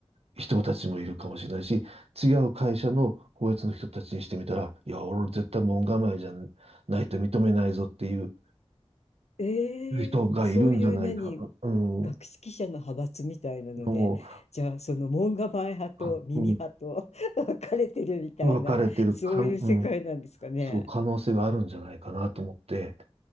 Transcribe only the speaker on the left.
ええそういう何、
学識者の派閥みたいなので、
じゃあその門構え派と耳派と
<laughs> 分かれてるみたいな、
そういう世界なんですかね。